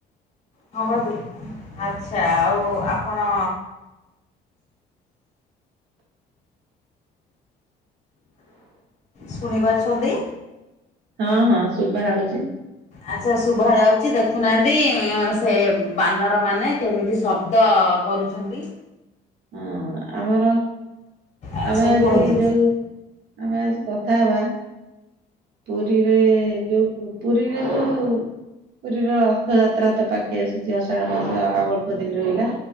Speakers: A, on the left; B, on the right.
A: ହଁ ବା ଦେଖୁନ ଆଚ୍ଛା ଆଉ ଆପଣ ଶୁଣିପାରୁଛନ୍ତି?
B: ହଁ ହଁ ଶୁଭା ଯାଉଛି?
A: ଆଚ୍ଛା ଶୁଭା ଯାଉଛି ଦେଖୁନାହାନ୍ତି ଆଃ ସେ ବାନରମାନେ କେମିତି ଶବ୍ଦ କରୁଛନ୍ତି।
B: ହଁ ଆମର
A: ଆଚ୍ଛା
B: ଆମେ ଆଜି
A: କୁହନ୍ତୁ
B: ଯୋଉ ଆମେ ଆଜି କଥା ହବା। ପୁରୀରେ ଯୋଉ ପୁରୀରେ ଯୋଉ ପୁରୀର ରଥଯାତ୍ରା ତ ପାକେଇ ଆସୁଛି ଅଷାଢ ମାସ ଆଉ ଅଳ୍ପ ଦିନ ରହିଲା।